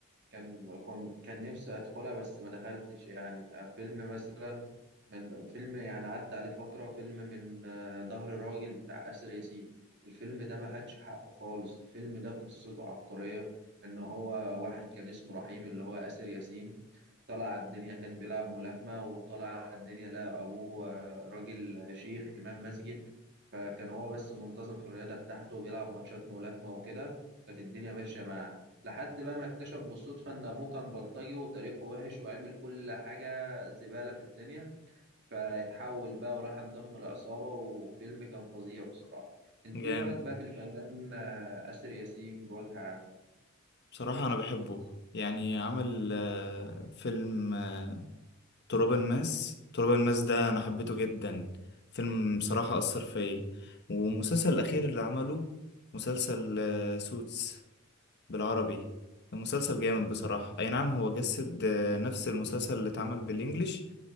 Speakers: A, on the right (about 60°); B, on the left (about 55°).
A: كان كنت كان نفسي ادخلها بس ما دخلتش يعني فيلم مثلا من فيلم يعني عدى عليه فترة فيلم من آه، ظهر راجل بتاع آسر ياسين الفيلم ده ما خدش حقه خالص الفيلم ده قصته عبقرية ان هو واحد كان اسمه رحيم اللي هو آسر ياسين طلع على الدنيا كان بيلعب ملاكمة وطلع على الدنيا لقى أبوه آه، راجل شيخ إمام مسجد فكان هو بس منتظم في الرياضة بتاعته وبيلعب ماتشات ملاكمة وكده كانت الدنيا ماشية معاه لحد بقى ما اكتشف بالصدفة إن أبوه كان بلطجي وتاريخه وحش وعمل كل حاجة زبالة في الدنيا فاتحول بقى وراح انضم لعصابة وفيلم كان فظيع بصراحة. انت
B: جامد
A: ايه رأيك بقى في الفنان آه، آسر ياسين بوجه عام؟
B: بصراحة أنا بحبه يعني عمل آه، فيلم آه، تراب الماس تراب الماس ده أنا حبيته جدا فيلم بصراحة أثر فيا والمسلسل الأخير اللي عمله مسلسل آه، سوتس بالعربي المسلسل جامد بصراحة أي نعم هو جسد آه، نفس المسلسل اللي اتعمل بالإنجليش